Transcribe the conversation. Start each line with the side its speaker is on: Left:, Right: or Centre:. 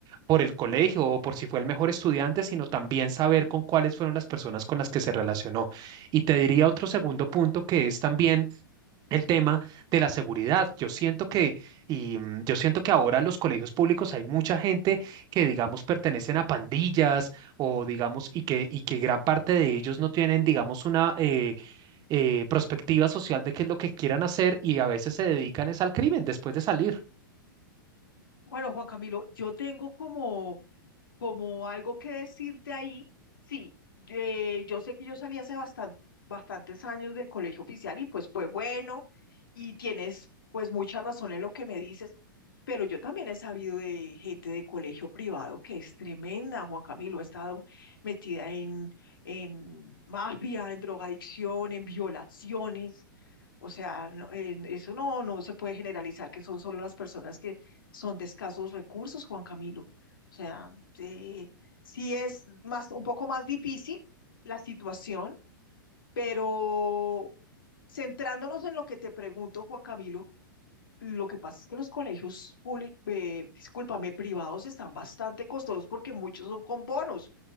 Right: por el colegio o por si fue el mejor estudiante, sino también saber con cuáles fueron las personas con las que se relacionó. Y te diría otro segundo punto que es también el tema de la seguridad. Yo siento que, y mm, yo siento que ahora en los colegios públicos hay mucha gente que, digamos, pertenecen a pandillas o, digamos, y que, y que gran parte de ellos no tienen, digamos, una eh, eh, perspectiva social de qué es lo que quieran hacer y a veces se dedican es al crimen después de salir.
Left: Bueno, Juan Camilo, yo tengo como como algo que decirte ahí, sí, eh, yo sé que yo salí hace bastan- bastantes años del colegio oficial y pues fue bueno y tienes pues mucha razón en lo que me dices, pero yo también he sabido de gente de colegio privado que es tremenda, Juan Camilo, ha estado metida en, en mafia, en drogadicción, en violaciones. O sea, no, eh, eso no, no se puede generalizar que son solo las personas que son de escasos recursos, Juan Camilo. O sea, eh, sí es más, un poco más difícil la situación, pero centrándonos en lo que te pregunto, Juan Camilo, lo que pasa es que los colegios públicos, discúlpame, privados están bastante costosos porque muchos son con bonos.